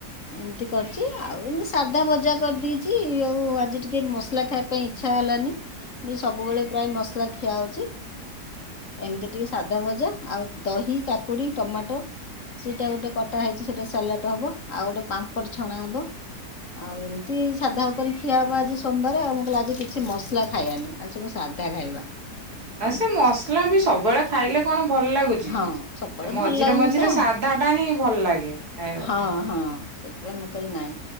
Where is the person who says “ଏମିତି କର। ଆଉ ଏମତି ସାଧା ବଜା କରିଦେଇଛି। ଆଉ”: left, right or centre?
Left